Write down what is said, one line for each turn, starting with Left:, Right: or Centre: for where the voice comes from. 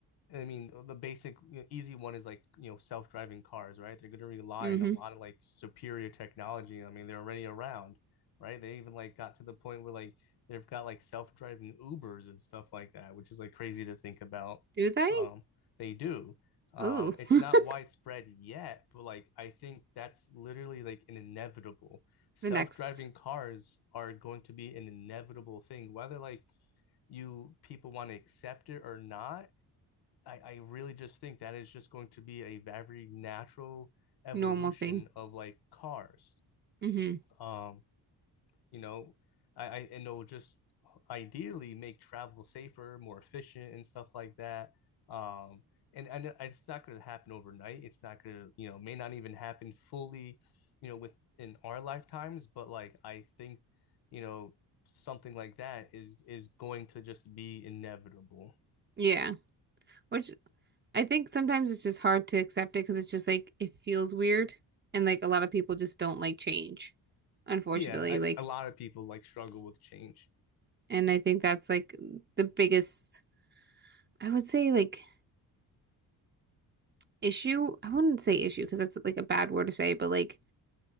Left: I mean, the basic you know, easy one is like, you know, self-driving cars, right? They're going to rely
Right: hmm
Left: on a lot of like superior technology. I mean, they're already around, right? They even like got to the point where like they've got like self-driving Ubers and stuff like that, which is like crazy to think about.
Right: Do they?
Left: Um, they do. Um,
Right: Ooh.
Left: it's
Right: <laughs>
Left: not widespread yet, but like I think that's literally like an inevitable. Self-driving
Right: the next
Left: cars are going to be an inevitable thing, whether like you people want to accept it or not I, I really just think that is just going to be a very natural evolution
Right: normal thing.
Left: of like cars.
Right: hmm
Left: Um, you know, I, I and it'll just ideally make travel safer, more efficient, and stuff like that. Um, and and it's not going to happen overnight. It's not going to you know may not even happen fully, you know, within our lifetimes. But like I think, you know, something like that is is going to just be inevitable.
Right: Yeah. Which I think sometimes it's just hard to accept it because it's just like it feels weird and like a lot of people just don't like change, unfortunately.
Left: Yeah, I,
Right: Like,
Left: a lot of people like struggle with change.
Right: and I think that's like the biggest, I would say like issue. I wouldn't say issue because that's like a bad word to say, but like